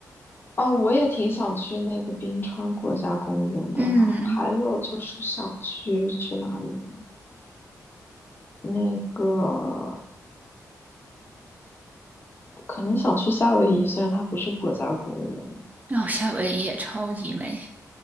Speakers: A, on the left (about 30°); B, on the right (about 25°).
A: 啊，我也挺想去那个冰川国家公园的。
B: 嗯，
A: 然后还有就是想去去哪里呢？那个可能想去夏威夷，虽然它不是国家公园，
B: 哦，夏威夷也超级美。